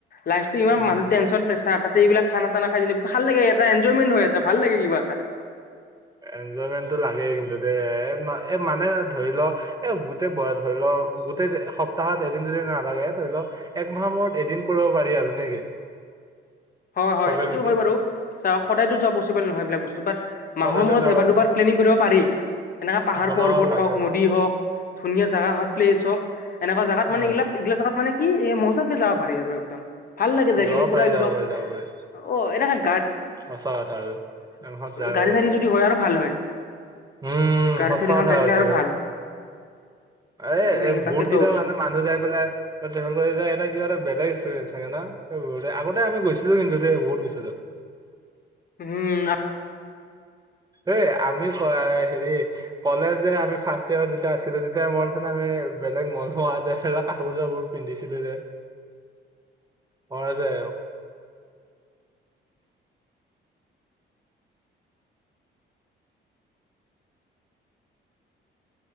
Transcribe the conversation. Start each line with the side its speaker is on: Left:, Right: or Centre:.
Left: লাইফটো ইমান
Right: উম
Left: মানুহ টেনচন -প্ৰেচাৰ- এইবিলাক খানা চানা খাই দিলে ভাল লাগে এটা ইঞ্জয়মেন্ত হয় এটা ভাল লাগে। কিবা এটা।
Right: এনজয়মেন্টটো লাগেই কিন্তু দে, এ', ন', এ', মানে ধৰি লওঁ এ', গোটেই ধৰি লওঁ গোটেই সপ্তাহত এদিন যদি নালাগে ধৰি লওঁ একমাহৰ মূৰত এদিন কৰিব পাৰি আৰু নেকি?
Left: হয় -হয়
Right: চবে
Left: এইটো
Right: মিলি
Left: হয়', বাৰু চা', সদায়তো যোৱা পচিবল নহয় এইবিলাক বস্তু চুপ
Right: সদায়তো
Left: মাহৰ মূৰত
Right: যাব
Left: এবাৰ দুবাৰ প্লেনিং কৰিব পাৰি, এনেকা পাহাৰ
Right: বনাব
Left: পৰ্বত
Right: লাগে
Left: হওঁক, নদী হওক, ধুনীয়া জোগা হক, প্লেচ হওঁক, এনেকুৱা জেগাত
Right: উম
Left: মানে এইলাক -এইগিলা জাগাত মানে কি', এই মজা কে ', যাব পাৰি আৰু একদম, ভাল লাগে যায়কিনি
Right: যাব পাৰি
Left: পুৰা একদম,
Right: যাব পাৰি
Left: অ',
Right: যাব পাৰি
Left: এনেখন।
Right: সঁচা কথা আৰু যায়
Left: গাড়ী চাড়ী যদি হয় আৰু ভাল হয়
Right: উম,
Left: গাড়ী
Right: সচা
Left: চাড়ীখন
Right: কথা
Left: থাকিলে
Right: হৈছে আৰু
Left: ভাল
Right: এ
Left: উম তাকেতো
Right: বহুত কেইটা মানুহ মানুহ যাই পেলাই ট্ৰেভেল কৰি য এটা কিবা এটা। বেলেগ ষ্টুডেণ্ট চাগে নু আগতে আমি গৈছিলো কিন্তু দেই বহুত গৈছিলো।
Left: উম।
Right: অই আমি ক হেৰি কলেজ যে আমি ফাৰ্ষ্ট ইয়াৰত যেতিয়া আছিলো তেতিয়া মনত আছে নাই আমি বেলেগ মনমোৱা যে কাপোৰ চাপোৰ পিন্ধিছিলো যে, মই যে,